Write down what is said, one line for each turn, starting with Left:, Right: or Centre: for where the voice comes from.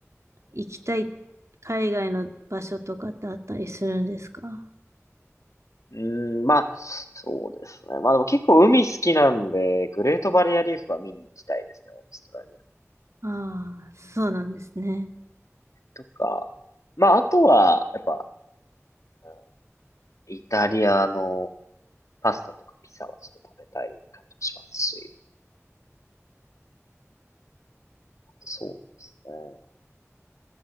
Right: 行きたい海外の場所とかってあったりするんですか
Left: うーん、まあ、そうですね。まあでも結構海好きなんで、グレートバリアリーフは見に行きたいですね、オーストラリア
Right: ああ、そうなんですね。
Left: とか。まあ、あとは、やっぱ、うんイタリアのパスタとかピザはちょっと食べたい感じもしますし、あとそうですね。